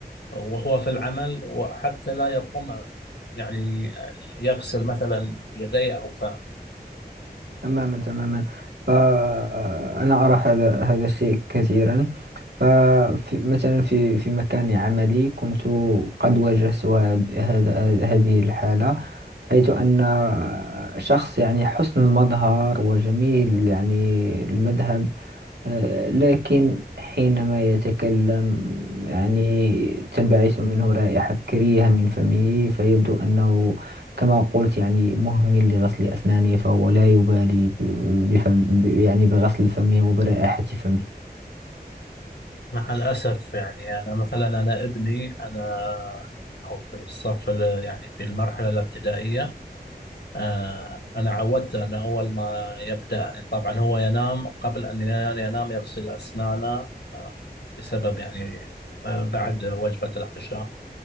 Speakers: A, on the left; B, on the right.
A: وهو في العمل وحتى لا يقوم يعني يغسل مثلا يديه أو فمه
B: تماما تماما فأنا أرى هذا هذا الشيء كثيرا فمثلا في في مكان عملي كنت قد واجهت هاد- هذا هذه الحالة حيث أن شخص يعني حسن المظهر وجميل يعني المذهب آه، لكن حينما يتكلم يعني تنبعث منه رائحة كريهة من فمه فيبدو أنه كما قلت يعني مهمل لغسل أسنانه فهو لا يبالي ب- بفم ب- يعني بغسل فمه وبرائحة فمه
A: مع الأسف يعني أنا مثلا أنا ابني أنا هو في الصف ال- يعني في المرحلة الابتدائية آه، أنا عودته أنه أول ما يبدأ طبعا هو ينام قبل أن ينام ينام يغسل أسنانه آه، بسبب يعني آه، بعد وجبة العشاء